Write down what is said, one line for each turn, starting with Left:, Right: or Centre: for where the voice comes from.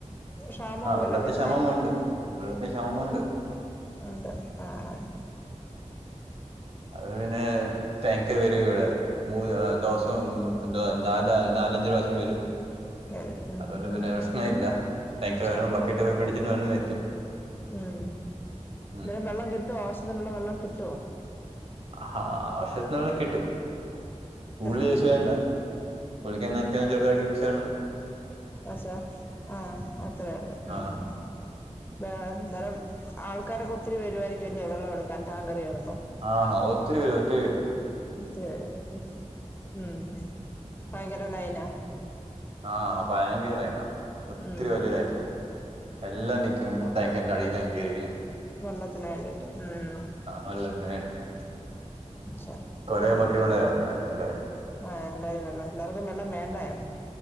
Left: ക്ഷാമം
Right: ആഹ്
Left: അങ്ങനെ
Right: വെള്ളത്തിന്
Left: വരുന്നേ
Right: ക്ഷാമമുണ്ട് വെള്ളത്തിന് ക്ഷാമ മുണ്ട്
Left: ഉണ്ട് ആഹ്
Right: അത് പിന്നെ ടാൻങ്കു വരും ഇവിടെ മൂന്ന് ദിവസം തേ നല് നാലഞ്ച് പ്രാവശം വരും
Left: വരും ഉം
Right: അതുകൊണ്ട് പിന്നെ പ്രശ്ന ഇല്ല ഭയങ്കര
Left: മനസ്സിലാവും
Right: വരുമ്പോ ബക്കിട്ടൊ പിടിച്ചിട്ട് വെക്കും
Left: ഉം
Right: ഉം.
Left: ന്നിട്ട് വെള്ളം കിട്ടുവോ ആവശ്യത്തിനുള്ള വെള്ളം കിട്ടുവോ
Right: ആഹ് ആവശ്യത്തിന്ള്ളത് കി കിട്ടും കൂടുതൽ
Left: കിട്ടും
Right: <unintelligible> വേണ്ട
Left: ഉം
Right: കുളിക്കാനും നനക്കാനും ചെറുതായിട്ട് യൂസെയ്യണം
Left: അഷാ ആഹ് അത്രേയൊള്ള്.
Right: ആ
Left: ഉം ബേ <unintelligible> ആൾക്കാരൊക്കെ ഒത്തിരി വരുമായിരിക്കു അല്ലേ വെള്ളം എടുക്കാൻ ടാങ്കറി വര്
Right: ആഹ് ഹ. ഒത്തിരി പേര് വരും ഒത്തിരി വെരും
Left: ഒത്തിരി പേര് വെരും. ഉം ഭയങ്കര ലൈനാ
Right: ആ ഭയങ്കര ലൈനാ ഒത്തിരി
Left: ഉം
Right: വലിയതായിരുന്നു എല്ലാം നിക്കും ടാങ്കറിന്റെ അടിലങ്ങ് കേറിയിങ്
Left: വെള്ളത്തിന് വേണ്ടീട്ട് ഉം
Right: വെള്ളത്തിന് വേണ്ടിട്ട്
Left: ഇൻഷാ
Right: കുറെ
Left: ആഹ്
Right: ബക്കറ്റ് കൊണ്ടാ വരണേ എല്ലാവരും
Left: ആഹ് എല്ലാരും വെള്ളം എല്ലാർക്കും വെള്ളം വേണ്ടായോ